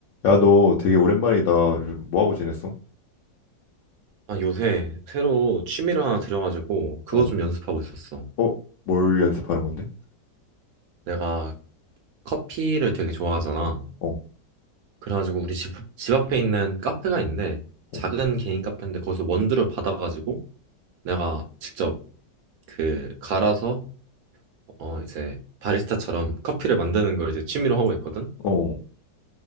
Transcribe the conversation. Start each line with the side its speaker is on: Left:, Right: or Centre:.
Left: 야, 너 되게 오랜만이다. 요즘 뭐 하고 지냈어?
Right: 아, 요새 새로 취미를 하나 들여가지고 그거
Left: 어,
Right: 좀 연습하고 있었어.
Left: 어, 뭘 연습하는 건데?
Right: 내가 커피를 되게 좋아하잖아.
Left: 어,
Right: 그래가지고 우리 집, 집 앞에 있는 카페가 있는데
Left: 어,
Right: 작은 개인 카페인데 거기서 원두를 받아가지고 내가 직접 그 갈아서 어 이제 바리스타처럼 커피를 만드는 걸 이제 취미로 하고 있거든.
Left: 어,